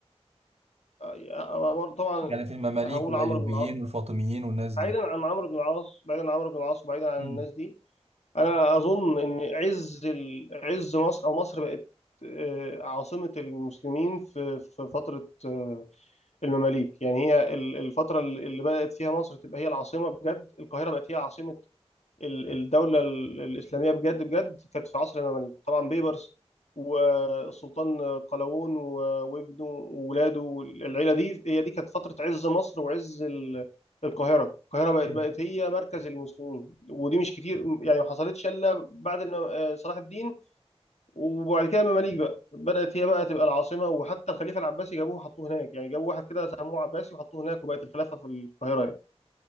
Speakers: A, on the left; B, on the right.
A: آه، آه، طبعا
B: يعني في المماليك
A: هقول
B: والايوبيين
A: عمرو بن العاص
B: والفاطميين والناس دي
A: بعيدا عن عمرو بن العاص بعيدا عن عمرو بن العاص وبعيدا عن
B: مم.
A: الناس دي انا اظن ان عز ال- عز مصر او مصر بقت آه، عاصمة المسلمين في في فترة آه، المماليك يعني هي ال- الفترة اللي اللي بدأت فيها مصر تبقى هي العاصمة بجد القاهرة بقت هي عاصمة ال- الدولة ال- الإسلامية بجد بجد كانت في عصر المماليك طبعا بيبرس والسلطان قلاوون و- وابنه وولاده والعيلة دي هي دي كانت فترة عز مصر وعز ال- القاهرة القاهرة بق-
B: مم.
A: بقت هي مركز المسلمين ودي مش كتير يعني ما حصلتش إلا بعد الم- آه، صلاح الدين وبعد كده المماليك بقى بدأت هي بقى تبقى العاصمة وحتى الخليفة العباسي جابوه وحطوه هناك يعني جابوا واحد كده سموه عباسي وحطوه هناك وبقت الخلافة في القاهرة يعني